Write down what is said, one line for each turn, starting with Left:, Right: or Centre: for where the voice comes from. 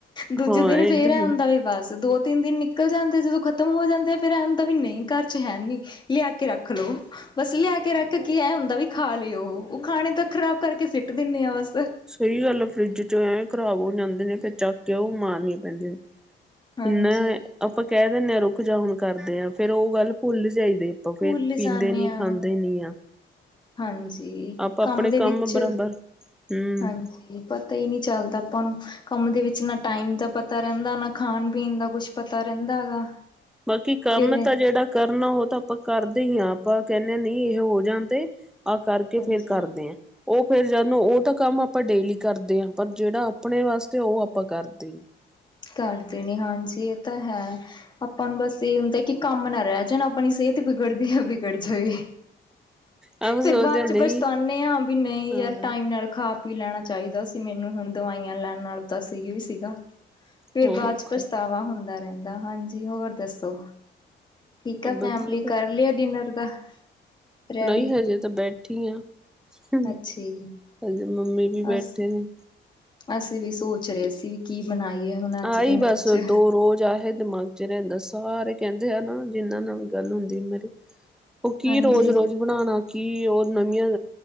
Left: ਦੂਜੇ
Centre: ਹਾਂ
Left: ਦਿਨ
Centre: ਏਦਾਂ
Left: ਫੇਰ ਹੁੰਦਾ ਵੀ ਬਸ ਦੋ ਤਿੰਨ ਦਿਨ ਨਿਕਲ ਜਾਂਦੇ ਆ ਜਦੋਂ ਖ਼ਤਮ ਹੋ ਜਾਂਦੇ ਆ। ਫੇਰ ਇਹਦਾ ਵੀ ਨਹੀਂ ਘਰ ਚ ਹੈ ਨੀ ਲਿਆ ਕੇ ਰੱਖ ਲੋ। ਬਸ ਲਿਆ ਕੇ ਰੱਖ ਕੇ ਐ ਹੁੰਦਾ ਵੀ ਖਾ ਲਏ ਉਹ ਖਾਣੇ ਤਾਂ ਖ਼ਰਾਬ ਕਰਕੇ ਸਿੱਟ ਦਿੰਦੇ ਆ ਬਸ।
Centre: ਸਹੀ ਗੱਲ ਫਰਿੱਜ ਚ ਐ ਖਰਾਬ ਹੋ ਜਾਂਦੇ ਨੇ ਤੇ ਚੱਕ ਕੇ ਉਹ ਮਾਰਨੀਆਂ ਪੈਂਦੀਆਂ ਨੇ।
Left: ਹਾਂਜੀ
Centre: ਇੰਨਾ ਆਪਾਂ ਕਹਿ ਦਿੰਦੇ ਹਾਂ ਰੁਕ ਜਾ ਹੁਣ ਕਰਦੇ ਹਾਂ ਫੇਰ ਉਹ ਗੱਲ ਭੁੱਲ ਜਾਈਦੇ। ਫੇਰ
Left: ਭੁੱਲ
Centre: ਪੀਂਦੇ
Left: ਜਾਂਨੇ
Centre: ਨੀ
Left: ਆ
Centre: ਖਾਂਦੇ ਨੀ ਆ।
Left: ਹਾਂਜੀ,
Centre: ਆਪਾਂ
Left: ਕੰਮ
Centre: ਆਪਣੇ
Left: ਦੇ ਵਿੱਚ
Centre: ਬਰਾਬਰ ਹਮ
Left: ਹਾਂਜੀ। ਪਤਾ ਹੀ ਨਹੀਂ ਚੱਲਦਾ ਆਪਾਂ ਨੂੰ ਕੰਮ ਦੇ ਵਿੱਚ ਨਾ ਟਾਈਮ ਦਾ ਪਤਾ ਰਹਿੰਦਾ ਨਾ ਖਾਣ ਪੀਣ ਦਾ ਕੁਛ। ਪਤਾ ਰਹਿੰਦਾ ਹੈਗਾ।
Centre: ਬਾਕੀ ਕੰਮ
Left: ਫਿਰ
Centre: ਤਾਂ ਜਿਹੜਾ ਕਰਨਾ ਉਹ ਤਾਂ ਆਪਾਂ ਕਰਦੇ ਹੀ, ਹਾਂ ਆਪਾਂ ਕੈਂਦੇ ਹਾਂ ਨਹੀਂ ਇਹ ਹੋ ਜਾਂਣਦੇ। ਆਹ ਕਰਕੇ
Left: ਹਾਂਜੀ
Centre: ਫੇਰ ਕਰਦੇ ਹਾਂ ਉਹ ਫਿਰ ਜਾਣੋ ਉਹ ਤਾਂ ਕੰਮ ਆਪਾਂ ਡੇਲੀ ਕਰਦੇ ਹਾਂ ਪਰ ਜਿਹੜਾ ਆਪਣੇ ਵਾਸਤੇ ਉਹ ਆਪਾਂ ਕਰਦੇ ਨੀ।
Left: ਕਰਦੇ ਨੇ, ਹਾਂਜੀ ਇਹ ਤਾਂ ਹੈ ਆਪਾਂ ਨੂੰ ਬਸ ਇਹ ਹੁੰਦਾ ਕਿ ਕੰਮ ਨਾ ਰਹਿ ਜਾਣਾ ਆਪਣੀ ਸਿਹਤ। ਬਿਗੜਦੀ ਆਾਂ ਵਿਗੜ ਜੇ
Centre: ਆਪਾਂ ਸੋਚਦੇ
Left: ਫੇਰ ਬਾਅਦ
Centre: ਹਾਂ ਨਹੀਂ
Left: ਚਂ ਪਛਤਾਨੇ ਹਾਂ ਵੀ ਨਹੀਂ
Centre: ਹਾਂ
Left: ਯਾਰ ਟਾਈਮ ਨਾਲ ਖਾ। ਪੀ ਲੈਣਾ ਚਾਹੀਦਾ ਸੀ ਮੈਨੂੰ ਹੁਣ ਦਵਾਈਆਂ ਲੈਣ ਨਾਲੋਂ ਤਾਂ ਸੀ ਵੀ ਸੀਗਾ। ਫਿਰ
Centre: ਹੋਰ
Left: ਬਾਅਦ
Centre: ਔਖਾ
Left: ਵਿੱਚ ਪਛਤਾਵਾਂ ਹੁੰਦਾ ਰਹਿੰਦਾ, ਹਾਂਜੀ ਹੋਰ ਦੱਸੋ। ਠੀਕ ਆ ਫੈਮਲੀ
Centre: ਵਧੀਆ
Left: ਕਰ ਲਿਆ ਡਿਨਰ ਦਾ। ਰੈਡੀ
Centre: ਨਹੀਂ ਹਜੇ ਤਾਂ ਬੈਠੀ ਹਾਂ।
Left: ਅੱਛਾ ਜੀ
Centre: ਅਜੇ ਮੰਮੀ ਵੀ ਬੈਠੇ
Left: ਅਸੀਂ
Centre: ਨੇ।
Left: ਅਸੀਂ ਵੀ ਸੋਚ ਰਹੇ ਸੀ ਕੀ ਬਣਾਈਏ ਹੁਣ। ਅੱਜ
Centre: ਆਹੀਂ
Left: ਡਿਨਰ
Centre: ਬਸ
Left: ਚ
Centre: ਦੋ ਰੋਜ਼ ਆਹੇ ਦਿਮਾਗ, ਰਹਿੰਦਾ ਸਾਰੇ ਕਹਿੰਦੇ ਆ ਨਾ ਜਿਹਨਾਂ ਨਾਲ ਵੀ ਗੱਲ ਹੁੰਦੀ ਮੇਰੀ ਉਹ ਕੀ
Left: ਹਾਂਜੀ
Centre: ਰੋਜ਼ ਰੋਜ਼। ਬਣਾਉਣਾ ਕੀ ਉਹ ਨਵੀਆਂ।